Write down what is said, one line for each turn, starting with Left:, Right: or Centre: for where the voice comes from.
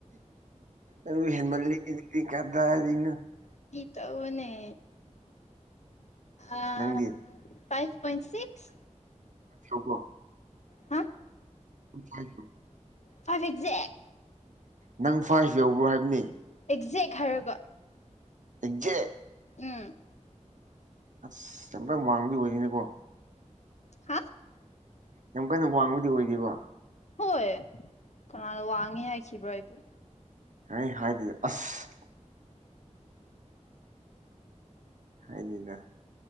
Right: ꯑꯗꯨ ꯍꯃꯜꯗꯤ ꯀꯗꯅ
Left: ꯇꯕꯨꯅꯦ ꯑ
Right: ꯅꯪꯗꯤ
Left: ꯐꯥꯏꯚ ꯄꯣꯏꯟ ꯁꯤꯁ
Right: ꯋꯥ
Left: ꯍꯥ
Right: ꯐꯥꯏ
Left: ꯐ ꯑꯦꯛꯖꯦꯛ
Right: ꯅꯪ ꯐꯥꯁꯨ ꯌꯧꯕ꯭ꯔꯣ ꯍꯥꯏꯕꯅꯤ
Left: ꯑꯦꯛꯖꯦꯛ ꯍꯥꯏꯔꯒ
Right: ꯖꯦ
Left: ꯎꯝ
Right: ꯑꯁ ꯑꯨꯇꯪ ꯋꯥꯡꯕꯗꯤ ꯑꯣꯏꯔꯤꯅꯤꯀꯣ
Left: ꯍꯥ
Right: ꯌꯥꯝ ꯀꯟꯅ ꯋꯥꯡꯕꯗꯤ ꯑꯣꯏꯗꯦꯕ
Left: ꯍꯣꯏ ꯀꯃꯅ ꯋꯥꯡꯉꯦ ꯍꯥꯏꯈꯤꯕ꯭ꯔꯣ ꯑꯩꯕꯨ
Right: ꯑꯩ ꯍꯥꯏꯗꯗꯤ ꯑꯁ ꯍꯥꯏꯗꯤꯗ